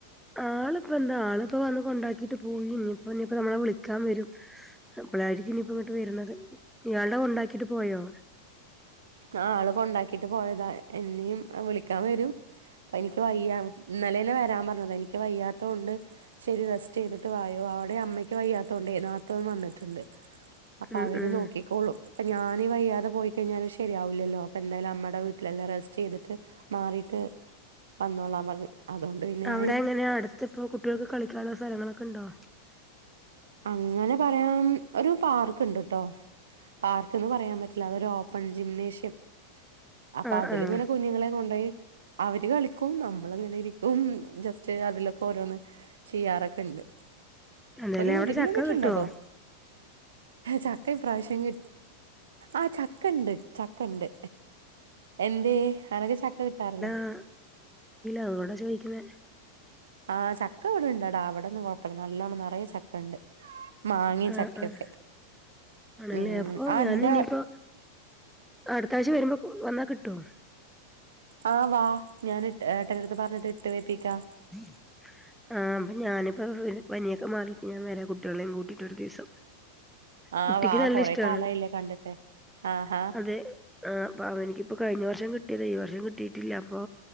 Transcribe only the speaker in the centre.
ആള് ഇപ്പ എന്താ. ആളിപ്പോ വന്ന് കൊണ്ടാക്കിട്ട് പോയി. ഇനിയിപ്പോ ഇനിയിപ്പോ നമ്മളെ വിളിക്കാൻ വരും. അപ്പോളായിരിക്കും ഇനിപ്പോ ഇങ്ങോട്ട് വരുന്നത്. ഇയാളുടെ കൊണ്ടാക്കിട്ട് പോയോ?
ഉം
ഉം
അവിടെ എങ്ങനെയാ, അടുത്ത് ഇപ്പോ കുട്ടികൾക്ക് കളിക്കാനുള്ള സ്ഥലങ്ങളൊക്കെ ഇണ്ടോ?
ആഹ്
ആഹ്
അതെല്ലേ
അവിടെ
ചക്ക കിട്ടുവോ
<unintelligible> ഇല്ല അ ഓണ്ടാ ചോദിക്കുന്നേ.
ആഹ്
ആഹ് ആണല്ലേ
അപ്പൊ
ഞാൻ ഇനിയിപ്പോ അടുത്താഴ്ച വരുമ്പോ, വന്നാ കിട്ടുവോ?
ഉം ആഹ്. ഞാനിപ്പ പനിയൊക്കെ മാറിയിട്ട് ഞാൻ വര. കുട്ടികളെയും കൂട്ടിട്ടൊരു ദിവസം.
കുട്ടിക്ക്
നല്ല
ഇഷ്ടാണ്
അത് ആഹ് പ അവനിക്കിപ്പോ കഴിഞ്ഞ വർഷം കിട്ടിയതെ ഈ വർഷം കിട്ടീട്ടില്ല അപ്പൊ,